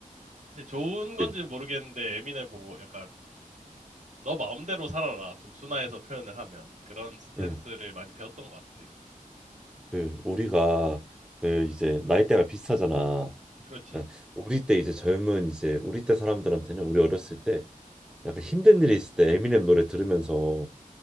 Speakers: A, on the right; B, in the centre.
A: 이제 좋은 건지는
B: 그,
A: 모르겠는데 에미넴 보고 약간 너 마음대로 살아라 좀 순화해서 표현을 하면 그런 스탠스를
B: 응,
A: 많이 배웠던 것 같아.
B: 그 우리가 그 이제 나이대가 비슷하잖아.
A: 그렇지,
B: 그러니까 우리 때 이제 젊은 이제 우리 때 사람들한테는 우리 어렸을 때 약간 힘든 일이 있을 때 에미넴 노래 들으면서